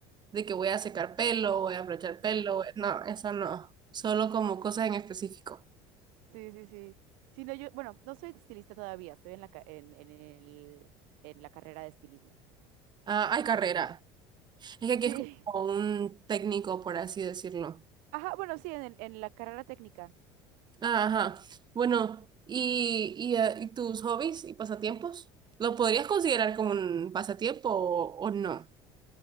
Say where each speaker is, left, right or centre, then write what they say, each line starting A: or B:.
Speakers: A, on the right; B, on the right.
A: de que voy a secar pelo, voy a aprovechar pelo,
B: Ujú,
A: voy- no, eso no. Solo como cosas en específico.
B: Sí, sí, sí. Sí, no, yo, bueno, no soy estilista todavía, estoy en la, ca- en, en el, en la carrera de estilismo.
A: Ah, hay carrera. Es que aquí
B: Sí.
A: es como un técnico, por así decirlo.
B: Ajá, bueno, sí, en, en la carrera técnica.
A: Ah, Ajá. Bueno, y, y, eh, ¿y tus hobbies y pasatiempos? ¿Lo podrías considerar como un pasatiempo o, o no?